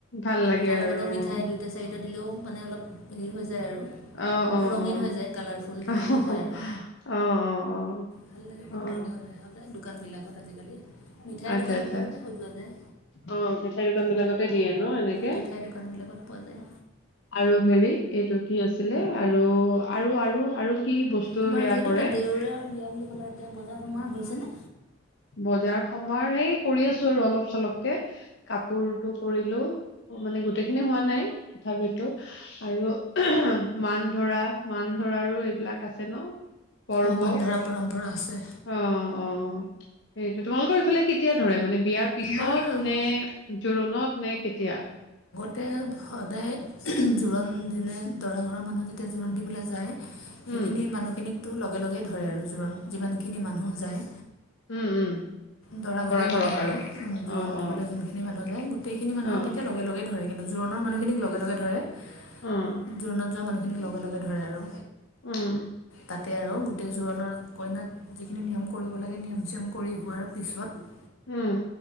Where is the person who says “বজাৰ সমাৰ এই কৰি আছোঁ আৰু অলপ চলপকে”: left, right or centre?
Left